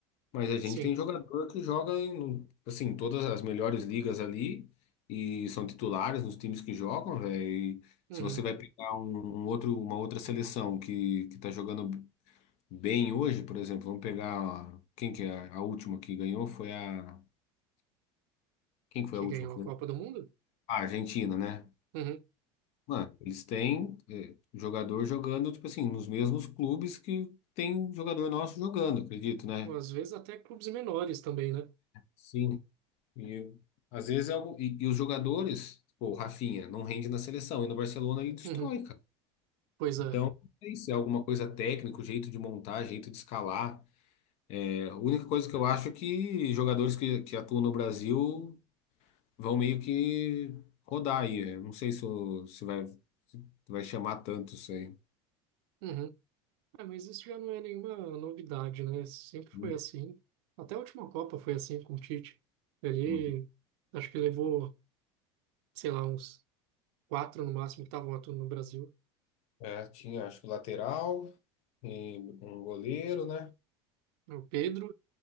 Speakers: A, on the left (about 50°); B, on the right (about 65°).
A: Mas a gente
B: sim.
A: tem jogador que joga em, assim, todas as melhores ligas ali e são titulares nos times que jogam, velho. E
B: Uhum.
A: se você vai pegar um, um outro, uma outra seleção que, que tá jogando bem hoje, por exemplo, vamos pegar a- quem que é a, a última que ganhou foi a quem que foi
B: Que
A: a última
B: ganhou
A: que
B: a
A: ganhou?
B: Copa do Mundo?
A: A Argentina, né?
B: Uhum.
A: Mano, eles têm eh, jogador jogando tipo assim nos mesmos clubes que tem jogador nosso jogando, acredito, né?
B: Ou Às vezes até clubes menores também, né?
A: Sim, E às vezes é algo. E, e os jogadores, pô, o Rafinha, não rende na seleção, e no Barcelona ele destrói,
B: Uhum.
A: cara.
B: Pois
A: Então,
B: é.
A: é isso, é alguma coisa técnica, o jeito de montar, jeito de escalar. É, a única coisa que eu acho é que jogadores que, que atuam no Brasil vão meio que rodar aí. Eu não sei se, o- se vai, se vai chamar tanto isso aí.
B: Uhum. É, mas isso já não é nenhuma novidade, né? Sempre foi
A: Hum,
B: assim. Até a última Copa foi assim com o Tite. Ele,
A: hum.
B: acho que levou, sei lá, uns quatro no máximo que estavam atuando no Brasil.
A: É, tinha, acho que o lateral, e um goleiro, né?
B: O Pedro,